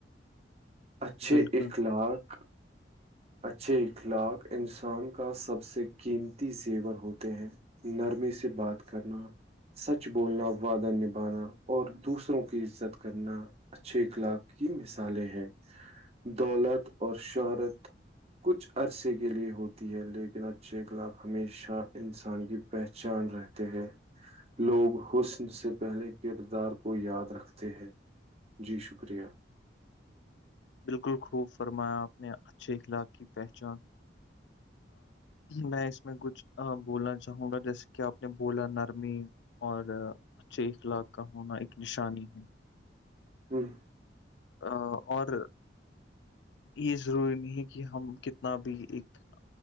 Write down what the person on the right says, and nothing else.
اچھے
اخلاق
اچھے اخلاق انسان کا سب سے قیمتی زیور ہوتے ہیں نرمیے سے بات کرنا سچ بولنا ودہ نبھانا اور دوسروں کی عزت کرنا اچھے اخلاق کی مثالیں ہیں دولت اور شہرت کچھ عرصے کے لیے ہوتی ہے لیکن اچھے اخلاق ہمیشہ انسان کی پہچان رہتی ہیں لوگ حسن سے پہلے کردار کو یاد رکھتے ہیں جی شکریہ
ہاں